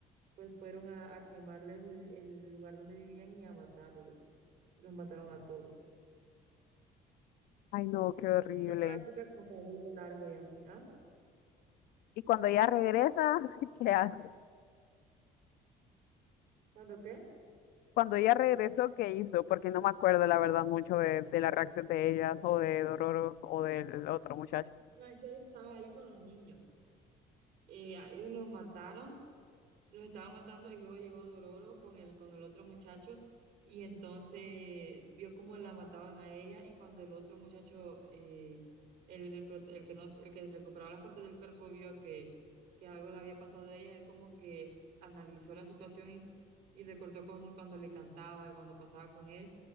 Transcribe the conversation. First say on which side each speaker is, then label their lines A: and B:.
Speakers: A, on the right; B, on the left.
A: pues fueron a, a quemarles el, el lugar donde vivían y a matarlos. Y los mataron a todos.
B: Ay, no, qué horrible.
A: Era una chica con cabello largo y así. ¿Ah?
B: Y cuando ella regresa, <laughs> ¿qué hace?
A: ¿Cuándo qué?
B: Cuando ella regresó, ¿qué hizo? Porque no me acuerdo, la verdad, mucho de, de la reacción de ella o de Dororo o del otro muchacho.
A: No, es que ella estaba ahí con los niños. Eh, a ellos los mataron los estaban matando y luego llegó Dororo con el, con el otro muchacho y entonces vio cómo la mataban a ella y cuando el otro muchacho, eh, el, el, prot- el que no, el que recuperaba las partes del cuerpo vio que, que algo le había pasado a ella, él como que analizó la situación y, y recordó con, cuando le cantaba y cuando pasaba con él.